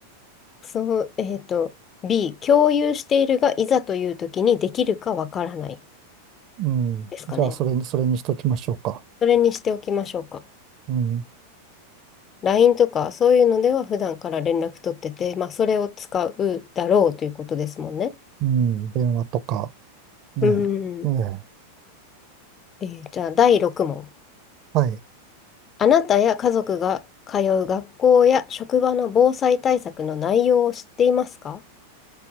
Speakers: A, on the left; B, on the right.
A: そう、えっと、B、共有しているが、いざという時にできるかわからない
B: うん。
A: ですかね。
B: じゃあ、それに、それにしときましょうか。
A: それにしておきましょうか。
B: うん。
A: LINE とかそういうのでは普段から連絡取ってて、まあ、それを使うだろうということですもんね。
B: うん。電話とか、ねえ。
A: うん。
B: ね
A: えーじゃあ、第6問。
B: え。はい。
A: あなたや家族が通う学校や職場の防災対策の内容を知っていますか